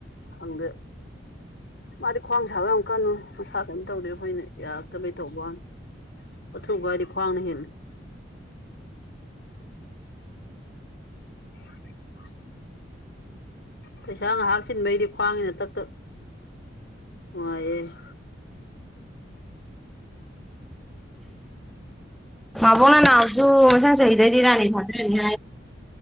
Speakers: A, on the left (about 65°); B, in the centre.
A: ꯍꯪꯗꯦ ꯃꯥꯗꯤ ꯈ꯭ꯋꯥꯡ ꯁꯥꯕ ꯌꯥꯝ ꯀꯜꯂꯤ꯫ ꯃꯁꯥ ꯀꯔꯤꯝ ꯇꯧꯗꯦ ꯑꯩꯈꯣꯏꯅ ꯌꯥꯔꯛꯇꯕꯩ ꯇꯧꯕ ꯑꯊꯨꯕ ꯍꯥꯏꯗꯤ ꯈ꯭ꯋꯥꯡꯅ ꯍꯦꯜꯂꯤ꯫ <inaudible> ꯄꯩꯁꯥ ꯉꯥꯏꯍꯥꯛꯆꯤꯟꯕꯩꯗꯤ ꯈ꯭ꯋꯥꯡꯒꯤꯅꯇꯛꯇ ꯋꯥꯌꯦ꯫ <inaudible>
B: ꯃꯥꯕꯨꯡꯅ ꯅꯅꯥꯎꯁꯨ ꯃꯩꯁꯥꯡ ꯆꯍꯤꯗꯗꯤ ꯔꯥꯅꯤ ꯊꯥꯗ꯭ꯔꯅꯤ